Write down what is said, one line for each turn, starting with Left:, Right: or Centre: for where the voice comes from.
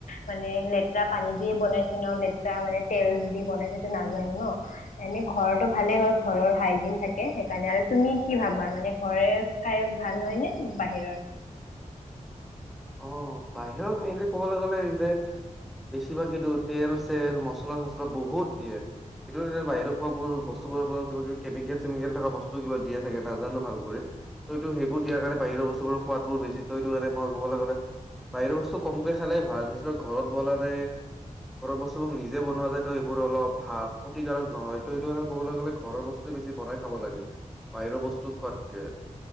Left: মানে লেত্ৰা পানী দিয়ে বনাইছে ন, লেত্ৰা মানে তেল দি বনাইছে ত' নাজানো ন। এনে ঘৰৰটো ভালে হয়, ঘৰৰ হাইজিন থাকে সেইকাৰণে আৰু তুমি কি ভাবা মানে ঘৰে খাই ভাল হয় নে বাহিৰৰ?
Centre: অ বাহিৰত মেইনলি ক'বালৈ গ'লে ইনেই বেছিভাগেইটো তেল-চেল, মচলা-চচলা বহুত দিয়ে। সেইটো এতিয়া বাহিৰৰ খোৱাবোৰ বস্তুবোৰৰ কিবা কিবি কেমিকেল-চেমিকেল থকা বস্তু কিবা দিয়ে চাগে নাজানো ভাল কৰি। ত' এইতো সেইবোৰ দিয়াৰ কাৰণে বাহিৰৰ বস্তুবোৰৰ সোৱাদবোৰ বেছি। ত' এইটো কাৰনে মই ক'বালৈ গ'লে বাহিৰৰ বস্তু কমকে খালেই ভাল, বেছিভাগ ঘৰত বনালে ঘৰৰ বস্তুবোৰ নিজে বনোৱা যায়তো সেইবোৰ অলপ ভাল, ক্ষতিকাৰক নহয়। ত' সেইটো কাৰণে ক'বলৈ গলে ঘৰৰ বস্ তো বেছি বনাই খাব লাগে, বাহিৰৰ বস্তু খোৱাতকে।